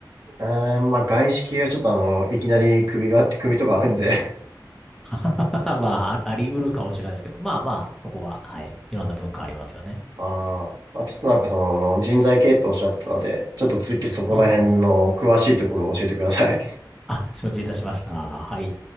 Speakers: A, on the right (about 60°); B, in the centre.
A: えー、まあ外資系はちょっとあの、いきなり首が、首とかあるんで
B: <laughs> まあ、ああり得るかもしれないですけど、まあまあ、そこは、はい。いろんな文化ありますよね。
A: あーまあ、ちょっとなんかその人材系っておっしゃってたので、ちょっと次そこら辺の詳しいところを教えてください。
B: ああ、あ承知いたしました。はい。